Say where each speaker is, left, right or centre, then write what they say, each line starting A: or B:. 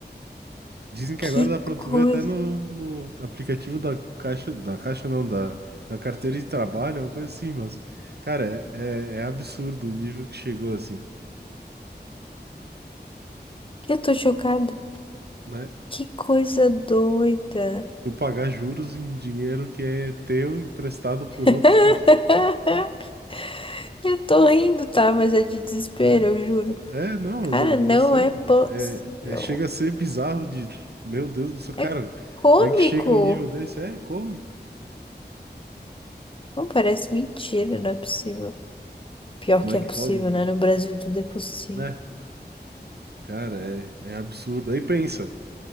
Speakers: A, on the right; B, on the left.
A: Dizem que
B: Que
A: agora dá pra tu
B: coisa.
A: ver até no, no aplicativo da caixa, da caixa não, da, da carteira de trabalho, uma coisa assim, mas, cara, é, é, é absurdo o nível que chegou assim,
B: Eu tô chocada.
A: né?
B: Que coisa doida.
A: Tu pagar juros em dinheiro que é teu, emprestado por
B: <laughs>
A: outros pra ti.
B: Eu tô rindo, tá? Mas é de desespero,
A: É,
B: eu juro.
A: é, não,
B: Cara,
A: mas eu,
B: não
A: eu sei.
B: é possível.
A: É, é, chega a ser bizarro de, meu Deus do céu,
B: É
A: cara,
B: cômico.
A: como é que chega um nível desse? É cômico.
B: Não parece mentira, não é possível. Pior
A: Como
B: que
A: é
B: é
A: que
B: possível,
A: pode, né?
B: né? No Brasil tudo é possível.
A: É, cara, é, é absurdo. Aí pensa.